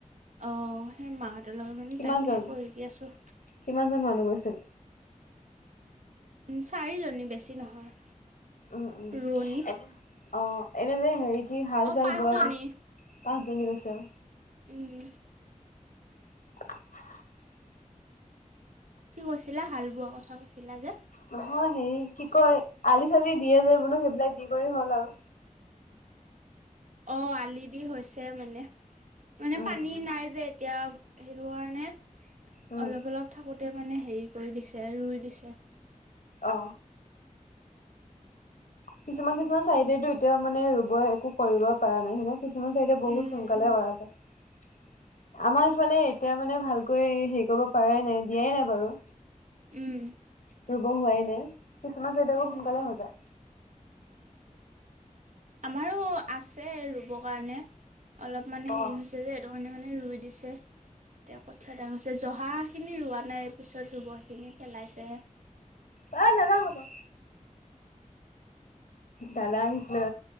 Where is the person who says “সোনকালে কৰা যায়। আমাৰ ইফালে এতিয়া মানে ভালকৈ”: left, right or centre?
Left